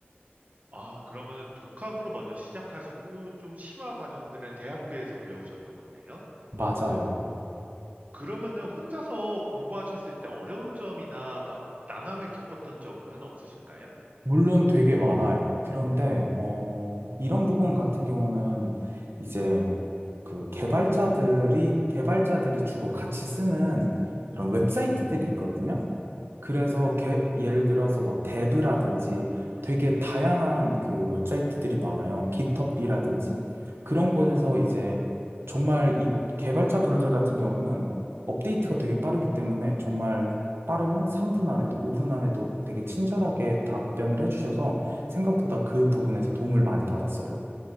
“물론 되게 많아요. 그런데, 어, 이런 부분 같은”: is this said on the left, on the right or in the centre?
Right